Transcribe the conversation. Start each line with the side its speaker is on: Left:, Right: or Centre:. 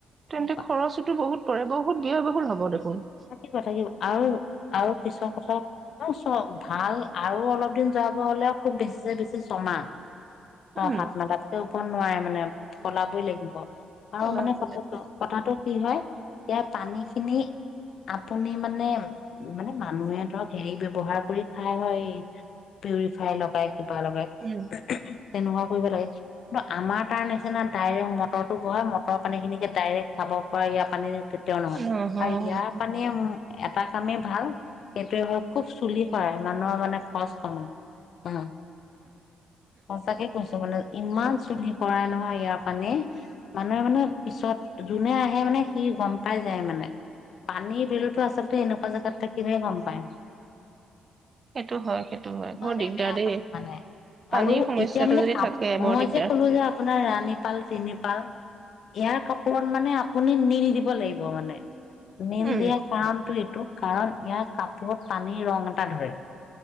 Right: তেন্তে
Left: এনেকুৱা
Right: খৰচোতো বহুত পৰে, বহুত ব্যয় বহুল হ'ব দেখোন।
Left: থাকিব থাকিব আৰু, আৰু পিছৰ কথা ম চব ভাল আৰু অলপ দিন যোৱাব হ'লে আৰু খুব বেছি, বেছি ছমাহ। অ',
Right: উম।
Left: সাতমাহ তাতকে নোৱাৰে মানে সলাবই লাগিব। আৰু
Right: ওলাব
Left: মানে কথাটো,
Right: লাগিব।
Left: কথাটো। কি হয়, ইয়াৰ পানীখিনি আপুনি মানে, মানে মানুহে ধৰক হেৰি ব্যৱহাৰ কৰি খায় হয় পিউৰিফাই লগাই
Right: উম,
Left: <unintelligible> তেনেকুৱা কৰিব লাগে কিন্তু আমাৰ তাৰ নিচিনা ডাইৰেক্ট মটৰটো বঢ়াই মটৰৰ পানীখিনিকে ডাইৰেক্ট খাব পৰা ইয়াৰ পানী কেতিয়াও নহয়,
Right: নহয়
Left: আ, ইয়াৰ পানী এটা কামেই ভাল এইটোৱে হ'ল খুব চুলি সৰা মানুহৰ মানে পাঁচয় অ পচকে কচ ইমান চুলি পৰাই নহয় ইয়াৰ পানে মানুহে মানে পিছত যোনে আহে মানে সি গম পাই যায় মানে পানীৰ বিলতো আচলতে এনেকুৱা জোগাত থাকিলে গম পায়
Right: সেইটো হয় সেইটো হয়
Left: ইমানেই
Right: বৰ দিগদাৰ
Left: বেয়া
Right: দেই।
Left: পানী মানে
Right: পানীৰ
Left: আৰু
Right: সমস্যাটো
Left: এতিয়া মানে
Right: যদি
Left: ক
Right: থাকে বৰ
Left: মই
Right: দিগদাৰ
Left: যে কলো যে আপোনাৰ ৰাণীপাল তিনিপাল ইয়াৰ কাপোৰ মানে আপুনি নি নি দিব লাগিব মানে মিল
Right: উম,
Left: দিয়া কাৰণটো এইটো কাৰণ ইয়াৰ কাপোৰত পানীৰ ৰং এটা ধৰে